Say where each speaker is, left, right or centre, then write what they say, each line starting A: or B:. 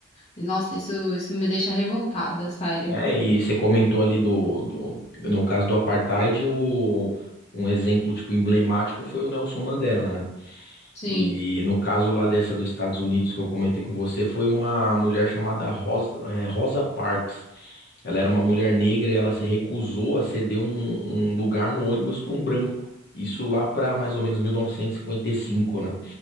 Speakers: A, on the left; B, on the left.
A: Nossa, isso, isso me deixa revoltada, sério.
B: É, e você comentou ali do, do, no caso do apartheid, o, um exemplo tipo emblemático foi o Nelson Mandela, né?
A: Sim.
B: E no caso lá dessa dos Estados Unidos que eu comentei com você, foi uma mulher chamada Rosa, é, Rosa Parks. Ela era uma mulher negra e ela se recusou a ceder um, um lugar no ônibus para um branco. Isso lá para mais ou menos 1955, né?